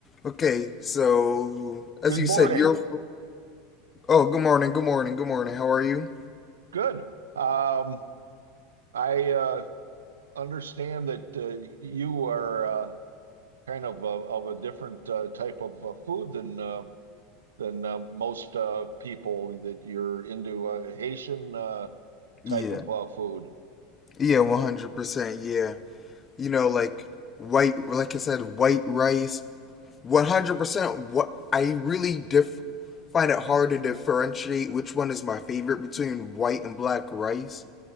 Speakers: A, on the left; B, on the right.
A: Okay, so as
B: Good
A: you
B: morning.
A: said, you're. Oh, good morning, good morning, good morning. How are you?
B: Good. Um, I uh, understand that uh, you are uh, kind of a, of a different uh, type of uh, food than uh, than uh, most uh, people. That you're into uh, Haitian uh, type
A: Yeah,
B: of uh, food.
A: yeah, 100%. Yeah. You know, like white, like I said, white rice. 100%. What I really diff find it hard to differentiate which one is my favorite between white and black rice